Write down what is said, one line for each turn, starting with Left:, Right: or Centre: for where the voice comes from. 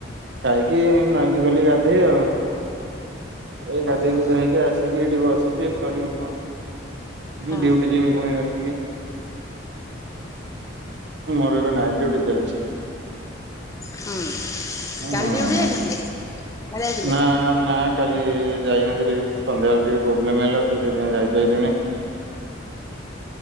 Right: ଖାଇକି ନଈକି ଗଲି ଗାଧେଇ ଆଉ ଏଇ ଗାଧେଇ
Left: ଓହୋ
Right: ଗୁଧା ହେଇକି ଆସିକି ଏଇଠି ବସିଛି କରିବି କଣ?
Left: ହଁ
Right: ଡ୍ୟୁଟି ଯିବି ପୁଣି ରା ତିକି ମୋର ଏବେ ନାଇଟ ଡ୍ୟୁଟି ଚାଲ ଚି
Left: ହୁଁ
Right: ଅ
Left: କାଲି
Right: ହଁ
Left: ଡ୍ୟୁଟି ଯାଇନଥିଲେ? ଯାଇଥିଲେ
Right: ନା ନା କାଲି ଯାଇନଥିଲି ସନ୍ଧ୍ୟାବେଳେ ଟିକେ ପ୍ରୋବ୍ଲେମ ହେଲା ତ ସେଥିପାଇଁ ଯାଇ ପାଇଲିନି।